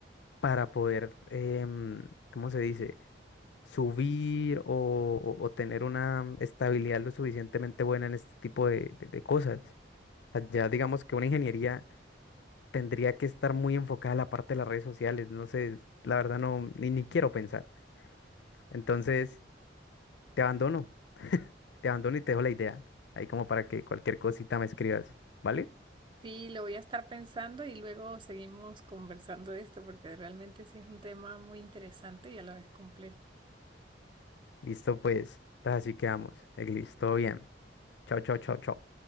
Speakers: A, on the left; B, on the right.
A: para poder, em, ¿cómo se dice? subir o, o- o tener una estabilidad lo suficientemente buena en este tipo de, de- de cosas. O sea, ya digamos que una ingeniería tendría que estar muy enfocada a la parte de las redes sociales, no sé, la verdad no, ni, ni quiero pensar. Entonces, te abandono, te abandono y te dejo la idea, ahí como para que cualquier cosita me escribas, ¿vale?
B: Sí, lo voy a estar pensando y luego seguimos conversando de esto porque realmente sí es un tema muy interesante y a la vez complejo.
A: Listo, pues, así quedamos. Eglis, todo bien. Chao, chao, chao, chao.